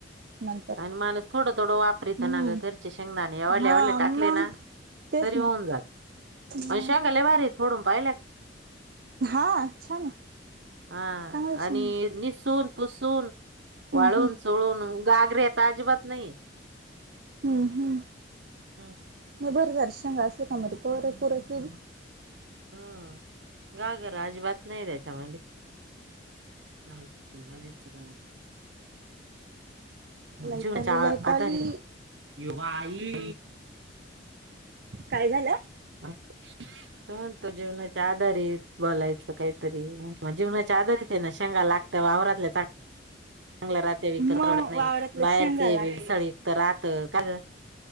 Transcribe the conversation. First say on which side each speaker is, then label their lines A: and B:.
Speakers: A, on the right; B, on the right.
A: नंतर
B: आणि माणस थोडं थोडं वापरी
A: हम्म
B: तर ना ग घर शेंगदने एवढे
A: हा
B: एवढे टाकले
A: मग
B: ना
A: तेच
B: तरी
A: ना
B: होऊन जात
A: मग
B: शेंगादाणे फोडून पाहिलात
A: हा छान आहे
B: हा
A: चांगलं शेंगा
B: आणि निसून पुसून वाळून
A: हम्म हम्म
B: चोळून घाबरत अजीबात नाही
A: हम्म हम्म
B: हम
A: नाही बरं झाल शेंगा असल्या का मग थोडं पुरत ना
B: ह गाजर अजिबात नाही त्याच्यामध्ये <unintelligible>
A: लाईट
B: जीवनाच्या
A: आली लाईट आली
B: आधारीत ये बाई
A: काय झालं
B: अस त म्हणतो जीवनाच्या आधारीत बोलायचं काहीतरी मग जीवनाच्या आधारीत त्यांना शेंगा लागतं वावरातल्या च चांगला राहतं विकत
A: म
B: परवडत नाही
A: वावरातल्या
B: बाहेरचे
A: शेंगा लाग
B: विसाळी ईतक राहत काग